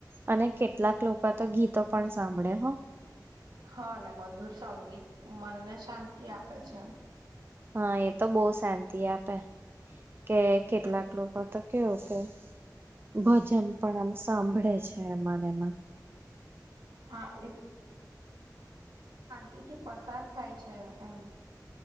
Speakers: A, on the right (about 30°); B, on the right (about 85°).
A: અને કેટલાક લોકો તો ગીતો પણ સાંભળે હો
B: હા ને મધુર સંગીત મનને શાંતિ આપે છે
A: હા એ તો બહુ શાંતિ આપે કે કેટલાક લોકો તો કેવું કે ભજન પણ આમ સાંભળે છે એ મને એમાં
B: હા થી પસાર થાય છે એમ